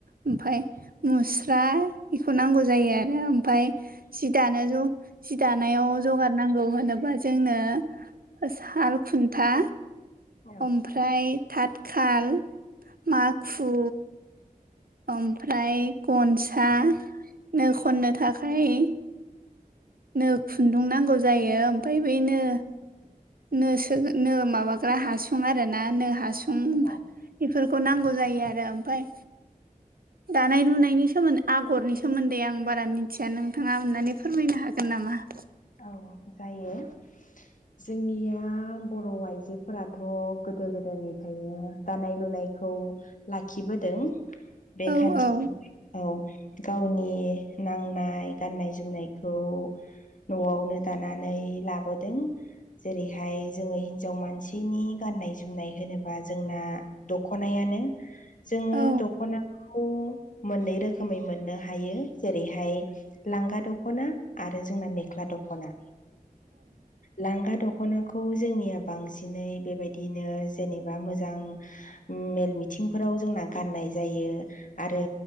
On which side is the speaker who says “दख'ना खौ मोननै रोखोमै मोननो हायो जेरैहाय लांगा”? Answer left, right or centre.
Left